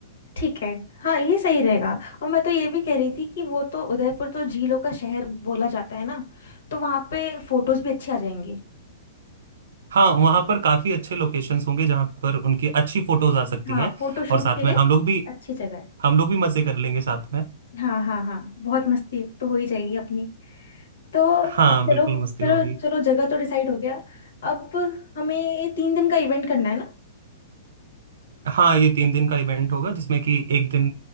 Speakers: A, on the left; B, on the right.
A: ठीक है हाँ ये सही रहेगा और मैं तो ये भी कह रही थी कि वो तो उदयपुर तो झीलों का शहर बोला जाता है ना तो वहाँ पे फोटोज भी अच्छी आ जाएंगी
B: हाँ वहाँ पर काफ़ी अच्छे लोकेशंस होंगे जहाँ पर उनकी अच्छी फोटोज आ सकती
A: हाँ
B: हैं
A: फोटो शूट
B: और साथ
A: के लिए
B: में हम लोग भी
A: अच्छी जगह है
B: हम लोग भी मज़े कर लेंगे साथ में
A: हाँ हाँ हाँ बहुत मस्ती तो हो ही जाएगी अपनी तो
B: हाँ
A: चलो
B: बिल्कुल मस्ती
A: चलो
B: होगी
A: चलो जगह तो डिसाइड हो गया अब हमें ये तीन दिन का इवेंट करना है ना
B: हाँ ये तीन दिन का इवेंट होगा जिसमें कि एक दिन